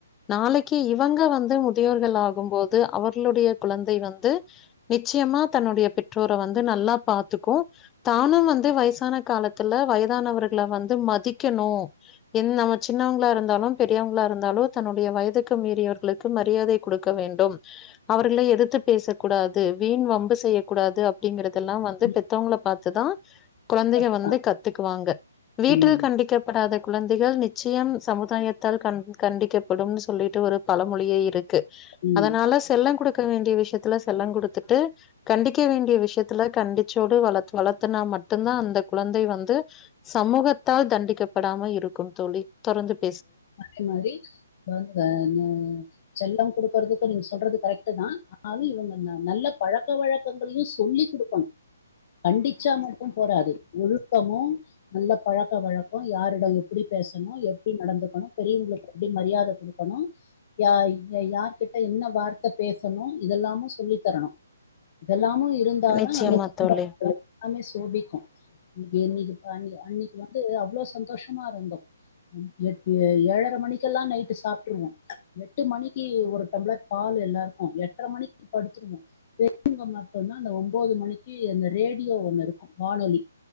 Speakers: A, on the left; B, on the left.
A: நாளைக்கு இவங்க வந்து தியோர்கள் ஆகும் போது அவர்களுடைய குழந்தை வந்து நிச்சயமா தன்னுடைய பெற்றோர வந்து நல் நல்லா பாத்துக்கு தானும் வந்து வயசான காலத்தில வயதானவர்கள வந்து மதிக்கணு கு என் நம்ம சின்னவங்ளா இருந்தாலு பெரியவங்ளா இருந்தாலு தன்னுடைய வயதுக்கு மீறியவர்களுக்கு மர் ரியாதை குடுக்க வேண்டும் அவர்களை எதிர்த்து பேசக் கூடாது வீண் வம்பு செய்யக்கூடாது அப்டிங்கிற இதெல்லா வந்து
B: ம்
A: பெத்தவங்ள பாத்துதா குழந்தைக
B: கத்துப்பா
A: வந்து கத்துக்குவாங்க வீட்டில்
B: ம்
A: கண்டிக்கப்படாதக் குழந்தைகள் நிச்சயம் சமுதாயத்தால் கண் கண்டிக்கப்படும்னு சொல்லிட்டு ஒரு பல மொழியே இருக் க்கு
B: ம்
A: அதனால செல்ல குடுக்க வேண்டிய விஷ்யத்துல செல்லங் குடுத்துட்டு கண்டிக்க வேண்டிய விஷ்யத்துல கண்டிச்சோடு வளத் வளர்த்தனா மட்டுந்தா அந்தக் குழந் தை வந்து சமூகத்தால் தண்டிக்கப்படாம இருக்கும் தோழி தொடர்ந்துப்
B: அதே மாரி வங்கானு செல்ல குடுக்கறதுக நீங்க சொல்றது கரெக்ட்டுதா ஆனாலு இவுங்க ந நல்லப் பழக்க வழக்கங்களையு சொல்லி் குடுக்கணு கண்டிச்சா மட்டும் போறாது ஒழுக்கமும் நல்ல பழக்க வழக்க யாரிட எப்டிப் பேசணு எப்டி நடந்துக்கணு பெரியவுங்ளுக்கு அப்டி மரியாத குடுக்கணு யாயி அ யார்கிட்ட என்ன வார்த்த பேசணு இத எல்லாமு சொல்லித்தரணு இதெல்லாமு இருந்தாதா
A: நிச்சயமா
B: அந்த <unintelligible>
A: தோழி.
B: ஆமே சோபிக்கு இன்னிக்கு இன்னிகு பண் அன்னைக்கு வந்து அவ்ளோ சந்தோஷமா இருந்தோ <unintelligible> ஏழர மணிக்கெல்லா நைட்டு சாப்ட்ருவோ எட்டு மணிக்கி ஒரு டம்ளர் பால் எல்லாருக்கு எட்ர மணி மணிக்கு படுத்துருவோ பெரியங்க மட்டுந்தா அந்த ஒன்போது மணிக்கு அந்த ரேடியோ ஒன்னு இருக்கு வானொலி